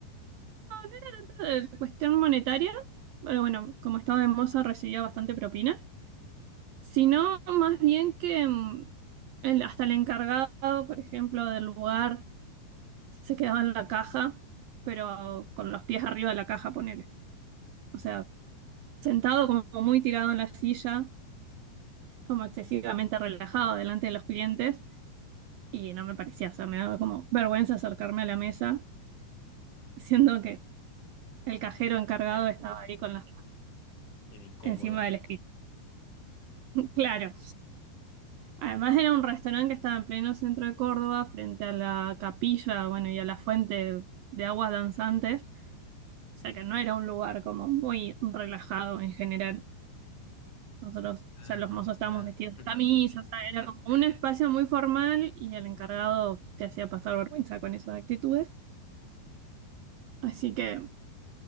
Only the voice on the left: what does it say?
Ujú.
<laughs>
Era,
era incómodo.
Ah,
no,
claro.
<laughs>